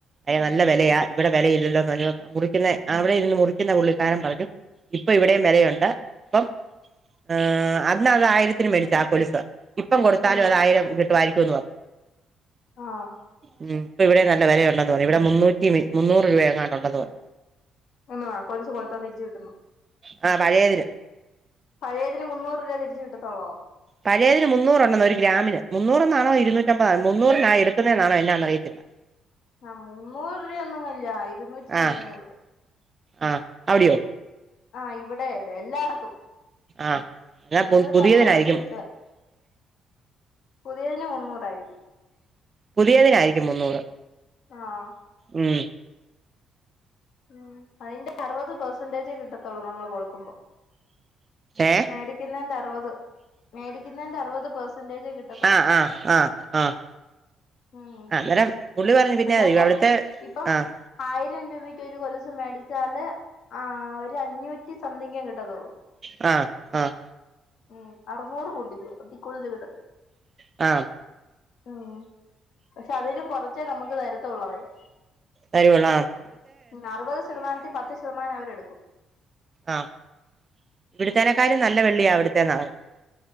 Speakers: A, on the right (about 40°); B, on the left (about 65°).
A: അ നല്ല വിലയാ, ഇവിടെ വിലയില്ലല്ലോന്ന് പറഞ്ഞ മുറിക്കുന്ന അവിടെ ഇരുന്ന് മുറിക്കുന്ന പുള്ളിക്കാരൻ പറഞ്ഞു ഇപ്പൊ ഇവിടെയും വിലയുണ്ട് അപ്പം ആഹ് അന്ന് അത് ആയിരത്തിന് മേടിച്ച് ആഹ് കൊലുസ് ഇപ്പം കൊടുത്താലും
B: ഉം
A: അതായിരം കിട്ടുമായിരിക്കും ട്ടുന്ന് പറഞ്ഞു
B: ആഹ്
A: ഉം ഇവിടെ നല്ല വെലയുണ്ട് ഇവിടെ മുന്നൂറ്റി മുന്നൂറ് രൂപ എങ്ങാണ്ടുണ്ടെന്ന് പറഞ്ഞു
B: ആണാ കൊലുസ് കൊടുത്ത തിരിച്ചു കിട്ടുന്ന്
A: ആ പഴയതിന്
B: പഴയതിന് മുന്നൂറ് രൂപ തിരിച്ചു കിട്ട‌ത്തോളോ
A: പഴയതിന് മുന്നൂറുണ്ടെന്ന് ഒരു ഗ്രാമിന് മുന്നൂറെന്നാണോ ഇരുന്നൂറ്റമ്പത മുന്നൂറിനാ എടുക്കുന്നേ എന്നാണ് എന്നാന്നറിയത്തില്ല
B: ആഹ് മുന്നൂറ് രൂപ ഒന്നുമില്ലാ ഇരുന്നൂറ്റി സംതിങ്ങെ
A: ആഹ്
B: ഒള്ളു
A: ആഹ് അവിടെയോ
B: ആഹ് ഇവടെ എല്ലാടത്തും
A: ആഹ് എന്നാ
B: ഇരുന്നൂറ്റമ്പതൊക്കെ
A: പുതിയതിനായിരിക്കും
B: കിട്ടുവാ പുതിയതിന് മുന്നൂറായിരിക്കും
A: പുതിയതിനായിരിക്കും മുന്നൂറ്
B: ആഹ്
A: ഉം
B: ഉം അയിന്റെ അറുപത് പെർസെന്റേജേ കിട്ടത്തുള്ളൂ നമ്മള് കൊടുക്കുമ്പോ
A: ഏ
B: മേടിക്കുന്നതിന്റെ അറുപത് മേടിക്കുന്നതിന്റെ അറുപത് പെർസെന്റേജേ കിട്ടത്തോളുന്ന്
A: ആഹ് ആഹ് ആഹ് ആഹ്
B: ഉം
A: ആ അന്നേരം പുള്ളി പറഞ്ഞു പിന്നെ
B: എന്ന് വെച്ചാ
A: അവിടുത്തെ
B: ഇപ്പം
A: ആഹ്
B: ആയിരം രൂപ കൊലസു മേടിച്ചാല് ആ ഒരഞ്ഞൂറ്റി സംതിങ്ങെ കിട്ടത്തൊള്ളൂ
A: ആ ആ
B: ഉം അറുന്നൂറ് കൂട്ടിക്കോ അതി കൂടുതല് കിട്ടത്തി
A: ആ
B: ഉം പക്ഷെ അതിലും കൊറച്ചേ നമുക്ക് താരത്തൊള്ളു അവര്
A: തരുവൊള്ളോ ആം
B: അറുപത് ശതമാനത്തി പത്ത് ശതമാനം അവരെടുക്കും
A: ആഹ് ഇവിടത്തേനേക്കാലും
B: ഉം
A: നല്ല വെള്ളിയാ അവിടുത്തേന്നാ പറഞ്ഞേ